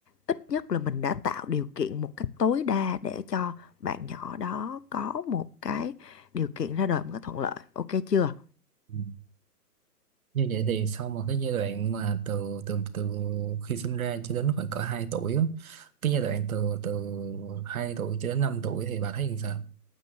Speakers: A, on the left (about 85°); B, on the right (about 60°).
A: ít nhất là mình đã tạo điều kiện một cách tối đa để cho bạn nhỏ đó có một cái điều kiện ra đời một cách thuận lợi ok chưa
B: ừ. như vậy thì sau một cái giai đoạn mà từ từ từ khi sinh ra cho đến khoảng cỡ 2 tuổi á, cái giai đoạn từ từ 2 tuổi cho đến 5 tuổi thì bà thấy như sao